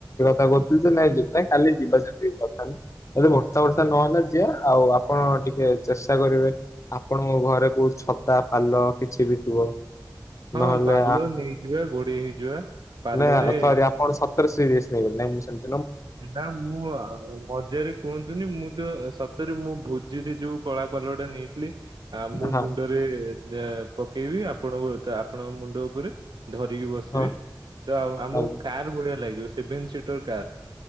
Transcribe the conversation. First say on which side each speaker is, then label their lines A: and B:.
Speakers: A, on the left; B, on the right.
A: ତାକୁ ନାଇଁ ଯିବା କାଲି ଯିବା ସେଠି କଥା ହେଲେ ବର୍ଷା ବର୍ଷା ନହେଲା ଯିିବା ଆଉ ଆପଣ ଟିକେ ଚେଷ୍ଟା କରିବେ। ଆପଣଙ୍କ ଘରେ କୋଉଠି ଛତା ପାଲ କିଛି ବି ଥିବ।
B: ହଁ
A: ନହେଲେ
B: ପାଲ ନେଇଯିବା ଘୋରି ହେଇଯିବା। ପାଲରେ
A: ନାଇଁ ସରି ଆପଣ ସତରେ ସିରିଅସ୍ ନେଇଗଲେ, ନାଇଁ ମୁଁ ସେମ୍ତିି
B: ନା ମୁଁ ଆ ମଜାରେ କୁହନ୍ତୁନି ମୁଁ ତ ସତରେ ମୁଁ ଭୋଜିରେ ଯୋଉ କଳା ପାଲ ଟା ନେଇଥିଲି ଆ ମୁୋ
A: ହଁ
B: ମୁଣ୍ଡରେ ପକେଇବି ଆପଣ ଆପଣଙ୍କ ମୁଣ୍ଡ ଉପରେ ଧରିକି ବସି ସିବି
A: ହଁ
B: ଆମକୁ
A: ଆଉ
B: କାର୍ ଭଳିଆ ଲାଗିବ ସେଭେନ୍ ସିଟର୍ କାର୍।